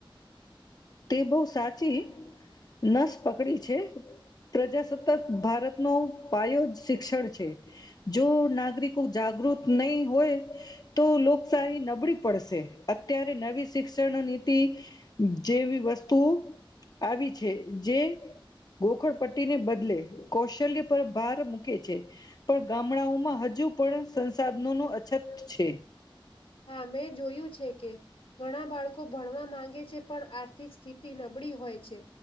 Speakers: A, on the left; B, on the left.
A: તે બહુ સાચી નસ પકડી છે પ્રજાસત્તાક ભારત નો પાયો જ શિક્ષણ છે જો નાગરિકો જાગૃત નહી હોય તો લોકશાહી નબળી પડશે અત્યારે નવી શિક્ષણ નીતિ જેવી વસ્તુઓ આવી છે જે ગોખડ પટ્ટીને બદલે કૌશલ્ય પર ભાર મૂકે છે પણ ગામડાઓમાં હજુ પણ સંસાધનો ન અછત છે
B: હા મેં જોયું છે કે ઘણા બાળકો ભણવા માંગે છે આર્થીક સ્થિતિ નબળી હોય છે